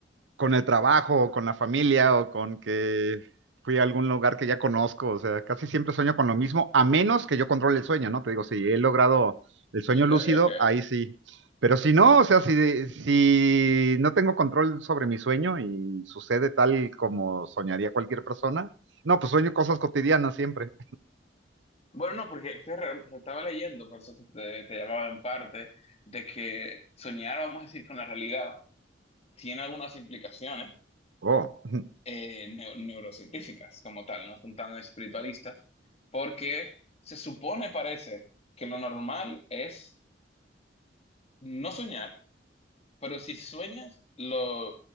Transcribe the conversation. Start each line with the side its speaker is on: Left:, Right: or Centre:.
Right: con el trabajo o con la familia o con que fui a algún lugar que ya conozco. O sea, casi siempre sueño con lo mismo, a menos que yo controle el sueño, ¿no? Te digo, si he logrado el sueño
Left: ok,
Right: lúcido,
Left: ok.
Right: ahí sí. Pero si no, o sea, si, si no tengo control sobre mi sueño y sucede tal como soñaría cualquier persona, no, pues sueño cosas cotidianas siempre.
Left: Bueno, no, porque es que re- re- estaba leyendo, por eso te, te llamaba en parte, de que soñar, vamos a decir, con la realidad tiene algunas implicaciones
Right: Oh, <laughs>
Left: eh, neu- neurocientíficas como tal, no son tan espiritualistas, porque se supone, parece, que lo normal es no soñar, pero si sueñas, lo